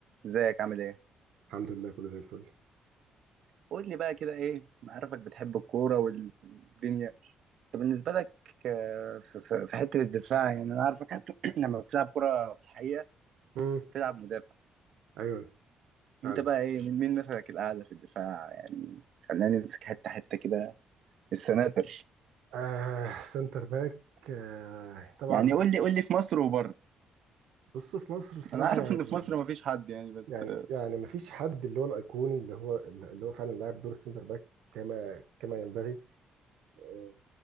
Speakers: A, on the right; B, on the right.
A: ازيك عامل ايه؟
B: الحمد لله كله زي الفل
A: قول لي بقى كده ايه انا عارفك بتحب الكورة والدنيا طب بالنسبة لك آه، في في- في حتة الدفاع يعني انا عارفك حتى <clears throat> لما بتلعب كورة في الحقيقة
B: امم
A: بتلعب مدافع
B: ايوه فعلا
A: انت بقى ايه مين مين مثلك الاعلى في الدفاع يعني خلينا نمسك حتة حتة كده السناتر
B: آه سنتر باك آه طبعا
A: يعني قول لي قول لي في مصر وبره
B: بصوا في مصر الصراحه
A: انا عارف
B: يعني
A: ان في مصر مفيش حد يعني بس
B: يعني
A: آه،
B: يعني ما فيش حد اللي هو الايقوني اللي هو اللي هو فعلا لاعب دور السنتر باك كما كما ينبغي آه